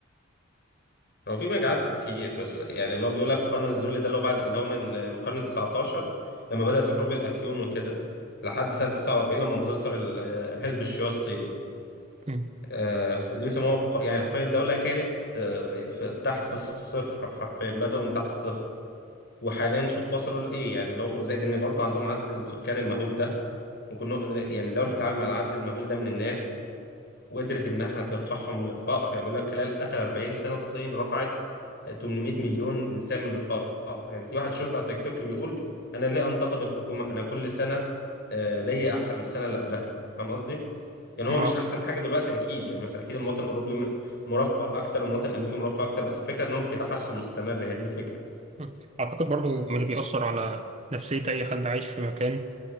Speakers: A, on the left; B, on the right.
A: هو في مجاعات كتير بس يعني اللي هو بيقول لك قرن الذل ده اللي هو بعد اللي هو من من القرن 19 لما بدأت حروب الافيون وكده لحد سنة 49 لما انتصر ال- حزب الشيوعي الصيني
B: مم.
A: آه، دي بيسموها ق- يعني حرفيا الدولة كانت آه، في- تحت الصفر حرفيا بدأوا من تحت الصفر وحاليا شوف وصلوا لإيه يعني لو زائد إن برضه عندهم عدد السكان المهول ده ممكن نق- يعني دولة تتعامل مع العدد المهول ده من الناس وقدرت انها ترفعهم من الفقر يعني بيقول لك خلال اخر 40 سنه الصين رفعت 800 مليون انسان من الفقر يعني في واحد شفت على التيك توك بيقول انا ليه انتقد الحكومه انا كل سنه آه، ليا احسن من السنه اللي قبلها فاهم قصدي يعني هو
B: آه.
A: مش احسن حاجه دلوقتي اكيد يعني مثلا اكيد المواطن الاوروبي م- مرفه اكتر المواطن الامريكي مرفه اكتر بس الفكره انهم في تحسن مستمر هي دي الفكره
B: مم. أعتقد برضو من اللي بيأثر على نفسية أي حد عايش في مكان